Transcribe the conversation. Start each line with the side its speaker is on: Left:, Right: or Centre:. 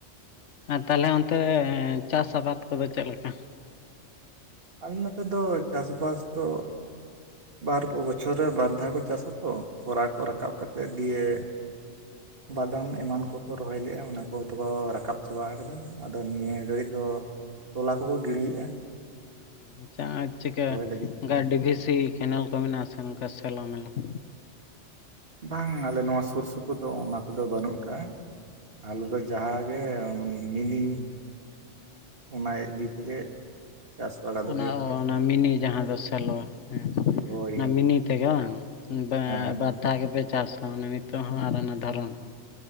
Left: ᱟᱨ ᱛᱟᱦᱚᱞᱮ ᱚᱱᱛᱮ ᱪᱟᱥ ᱟᱵᱟᱫ ᱠᱚᱫᱚ ᱪᱮᱫ ᱞᱮᱠᱟ?
Right: ᱟᱞᱮ ᱱᱚᱛᱮ ᱫᱚ ᱪᱟᱥ ᱵᱟᱥ ᱫᱚ ᱛᱟᱨᱯ ᱵᱚᱪᱷᱚᱨ ᱨᱮ ᱵᱟᱨ ᱫᱷᱟᱣ ᱠᱚ ᱪᱟᱥᱟᱛᱚ ᱠᱷᱚᱨᱟ ᱠᱚ ᱨᱟᱠᱟᱵ ᱠᱟᱛᱮᱜ ᱫᱤᱭᱮ ᱵᱟᱫᱟᱢ ᱮᱢᱟᱱ ᱠᱚᱠᱚ ᱨᱚᱦᱚᱭ ᱞᱮᱜ-ᱟ ᱚᱱᱟ ᱠᱚᱫᱚ ᱨᱟᱠᱟᱵ ᱪᱟᱵᱟᱣ ᱠᱟᱫᱚ ᱟᱫᱚ ᱱᱤᱭᱟᱹ ᱜᱷᱟᱹᱲᱤᱡ ᱫᱚ ᱛᱚᱞᱟ ᱠᱚᱠᱚ ᱜᱤᱲᱤᱭᱮᱜ-ᱟ᱾
Left: ᱟᱪᱪᱷᱟ ᱪᱤᱠᱠᱟᱹ
Right: ᱞᱟᱹᱜᱤᱫ
Left: ᱚᱱᱠᱟ ᱰᱤ ᱵᱷᱤ ᱥᱤ ᱠᱮᱱᱮᱞ ᱠᱚ ᱢᱮᱱᱟᱜ-ᱟ ᱥᱮ ᱱᱚᱝᱠᱟ ᱥᱮᱞᱳ ᱢᱮᱞᱳ ᱾
Right: ᱵᱟᱝ ᱟᱞᱮ ᱱᱚᱣᱟ ᱥᱩᱨ ᱥᱩᱯᱩᱨ ᱫᱚ ᱚᱱᱟ ᱠᱚᱫᱚ ᱵᱟᱹᱱᱩᱜ ᱠᱟᱜ-ᱟ᱾ ᱟᱞᱮ ᱫᱚ ᱡᱟᱦᱟᱸᱜᱮ ᱢᱤᱱᱤ ᱚᱱᱟ ᱤᱫᱤ ᱛᱮᱜᱮ ᱪᱟᱥ ᱵᱟᱲᱟ ᱫᱚ
Left: ᱚᱱᱟ
Right: ᱦᱩᱭᱩᱜ ᱜᱮᱭᱟ
Left: ᱚᱱᱟ ᱢᱤᱱᱤ ᱡᱟᱦᱟᱸ ᱫᱚ ᱥᱮᱞᱚ, ᱦᱮᱸ
Right: ᱦᱳᱭ
Left: ᱚᱱᱟ ᱢᱤᱱᱤ ᱛᱮᱜ ᱵᱟᱝ᱾ ᱦᱩᱸ ᱵᱟ
Right: ᱦᱮᱸ
Left: ᱵᱟᱨ ᱫᱷᱟᱣ ᱜᱮᱯᱮ ᱪᱟᱥᱟ ᱢᱟᱱᱮ ᱱᱤᱛᱳᱜ ᱦᱚᱸ ᱟᱨ ᱚᱱᱟ ᱫᱷᱚᱨᱚᱱ ᱦᱚᱸ᱾